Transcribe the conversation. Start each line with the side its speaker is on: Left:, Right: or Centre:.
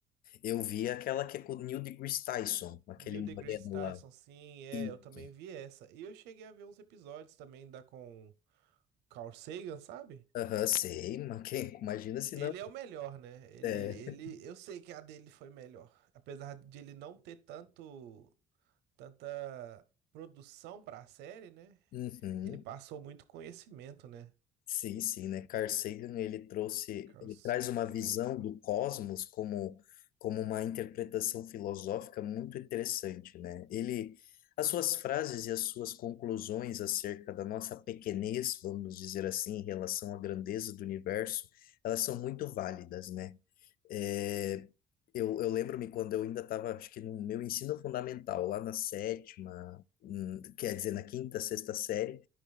Left: Eu vi aquela que é com o Neil deGrasse Tyson, aquele
Right: Neil deGrasse
Left: moreno
Right: Tyson,
Left: lá.
Right: sim, é,
Left: Isso.
Right: eu também vi essa. E eu cheguei a ver uns episódios também da com Carl Sagan, sabe?
Left: Aham, sei, <laughs> mas quem, imagina se
Right: Ele
Left: não.
Right: é o melhor, né? Ele,
Left: É.
Right: ele, eu sei que a dele foi melhor, apesar de ele não ter tanto, tanta produção pra série, né?
Left: Uhum.
Right: Ele passou muito conhecimento, né?
Left: Sim, sim, né? Carl Sagan, ele trouxe,
Right: Carl
Left: ele
Right: Sagan.
Left: traz uma visão do cosmos como, como uma interpretação filosófica muito interessante, né? Ele, as suas frases e as suas conclusões acerca da nossa pequenez, vamos dizer assim, em relação à grandeza do universo, elas são muito válidas, né? É, eu, eu lembro-me quando eu ainda estava, acho que no meu ensino fundamental, lá na sétima, hum, quer dizer, na quinta, sexta série,